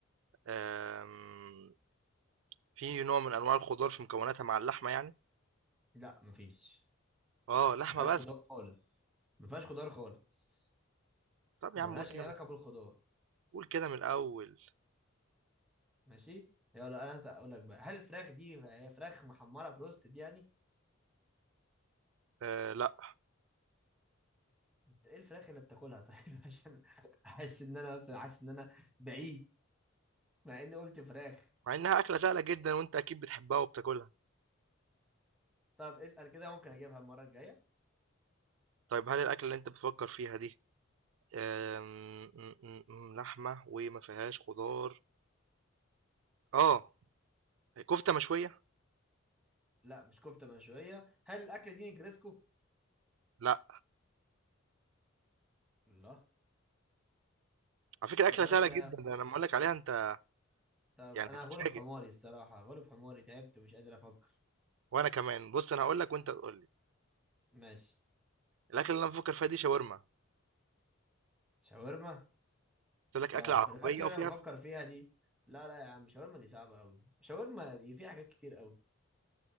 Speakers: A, on the right; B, in the centre.
A: أم... في نوع من أنواع الخضار في مكوناتها مع اللحمة يعني؟
B: لا مفيش
A: آه لحمة
B: ما فيهاش
A: بس
B: خضار خالص ما فيهاش خضار خالص
A: طب
B: وما
A: يا عم
B: لهاش
A: قول كده
B: اي علاقه بالخضار
A: قول كده من الأول
B: ماشي يلا انا هت- اقول لك بقى هل الفراخ دي هي فراخ محمره بروستد يعني
A: آه لأ
B: انت ايه الفراخ اللي بتاكلها طيب <laughs> عشان احس ان انا مثلا حاسس ان انا بعيد مع اني قلت فراخ
A: مع إنها أكلة سهلة جدا وأنت أكيد بتحبها وبتاكلها
B: طب اسال كده ممكن اجيبها المره الجايه
A: طيب هل الأكلة اللي أنت بتفكر فيها دي أم... م- م- م- لحمة وما فيهاش خضار آه كفتة مشوية؟
B: لا مش كفتة مشوية هل الأكلة دي نجرسكو؟
A: لأ
B: الله
A: على فكرة
B: طب
A: أكلة
B: أنا
A: سهلة
B: ت...
A: جدا ده أنا لما أقول لك عليها أنت
B: طب
A: يعني
B: أنا
A: هتتفاجئ
B: هغلب حماري الصراحة هغلب حماري تعبت ومش قادر أفكر
A: وانا كمان بص انا هقول لك وانت تقول لي
B: ماشي
A: الاكل اللي انا بفكر فيها دي شاورما
B: شاورما؟
A: قلت لك
B: طيب
A: اكله عربيه
B: الأكلة
A: وفيها
B: اللي أنا بفكر فيها دي لا لا يا عم شاورما دي صعبة أوي شاورما دي فيها حاجات كتير أوي